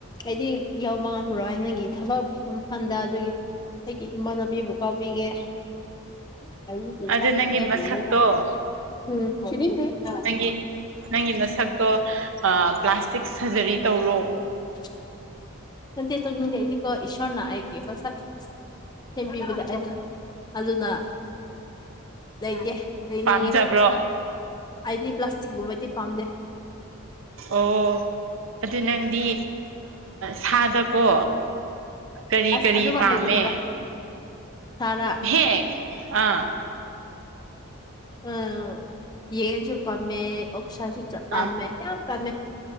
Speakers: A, on the left (about 20°); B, on the right (about 65°).
A: ꯑꯩꯗꯤ ꯌꯥꯎꯕ ꯉꯝꯃ꯭ꯔꯣꯏ ꯅꯪꯒꯤ ꯊꯕꯛ ꯃꯐꯝꯟꯗ ꯑꯗꯨꯒꯤ ꯑꯩꯒꯤ ꯏꯃꯥꯟꯅꯕꯤꯕꯨ ꯇꯥꯛꯕꯤꯒꯦ <unintelligible> ꯋ°ꯠ
B: ꯑꯗꯨ ꯅꯪꯒꯤ ꯃꯁꯛꯇꯣ
A: <unintelligible>
B: ꯅꯪꯒꯤ ꯅꯪꯒꯤ ꯃꯁꯛꯇꯣ ꯄ꯭ꯂꯥꯁꯇꯤꯛ ꯁꯔꯖꯔꯤ ꯇꯧꯔꯣ
A: <unintelligible> ꯏꯁꯣꯔꯅ ꯑꯩꯒꯥ ꯃꯁꯛ <unintelligible> ꯑꯗꯨꯅ ꯂꯩꯒꯦ ꯂꯩꯅꯤꯡꯉꯦ
B: ꯄꯥꯝꯖꯕ꯭ꯔꯣ
A: ꯑꯩꯗꯤ ꯄ꯭ꯂꯥꯁꯇꯤꯛꯒꯨꯝꯕꯗꯤ ꯄꯥꯝꯗꯦ
B: ꯑꯣ ꯑꯗꯨ ꯅꯪꯗꯤ ꯁꯥꯗꯀꯣ ꯀꯔꯤ
A: ꯑꯁ
B: ꯀꯔꯤ
A: ꯑꯗꯨꯃ
B: ꯄꯥꯝꯃꯦ
A: ꯍꯥꯏꯒꯅꯨꯗ ꯁꯥꯔꯥ
B: ꯍꯦ ꯑꯥ
A: ꯑꯥ ꯌꯦꯟꯁꯨ ꯄꯝꯃꯦ ꯑꯣꯁꯥꯁꯨ ꯆꯞꯄꯥꯝꯃꯦ
B: ꯑꯥ
A: ꯌꯥ ꯄꯝꯃꯦ